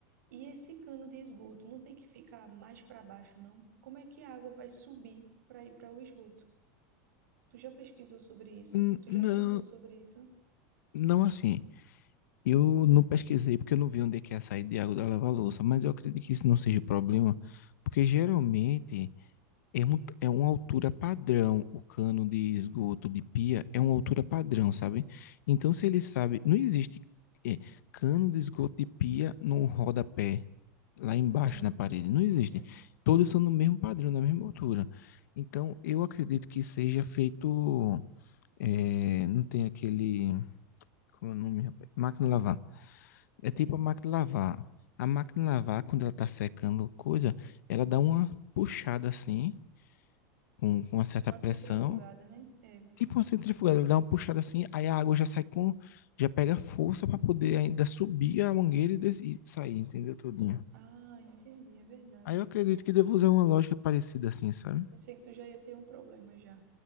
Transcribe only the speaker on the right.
E esse cano de esgoto não tem que ficar mais para baixo, não? Como é que a água vai subir para ir para o esgoto? Tu já pesquisou sobre isso?
Tu
já pensou sobre isso?
Sim,
sim,
sim.
Uma
centrifugada, né? É
Ah, entendi, é verdade.
É,
pensei que tu já ia ter um problema já.